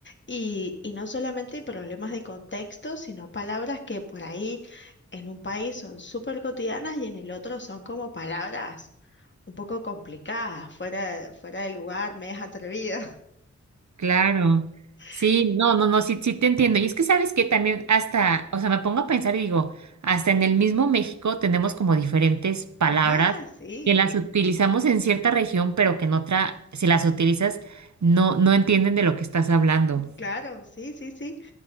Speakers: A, on the left; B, on the right.
A: Y, y no solamente problemas de contexto, sino palabras que por ahí en un país son súper cotidianas y en el otro son como palabras un poco complicadas, fuera, de- fuera de lugar, medias atrevidas.
B: Claro.
A: <laughs>
B: Sí, no, no, no, sí, sí te entiendo. Y es que sabes que también hasta, o sea, me pongo a pensar y digo, hasta en el mismo México tenemos como diferentes palabras
A: Ajá, sí,
B: que las utilizamos en cierta región, pero que en otra, si las utilizas, no, no entienden de lo que estás hablando.
A: claro, sí, sí, sí.